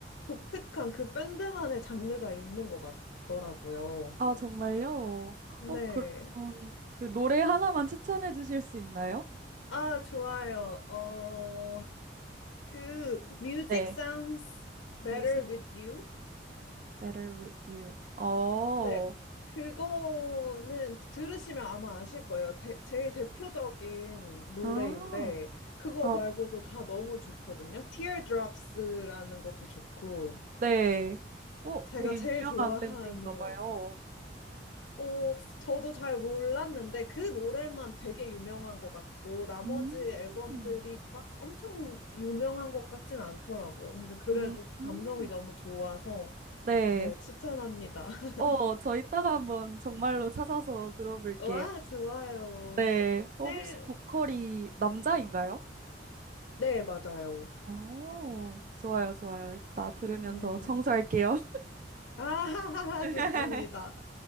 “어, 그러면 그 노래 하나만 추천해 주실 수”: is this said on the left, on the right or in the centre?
Right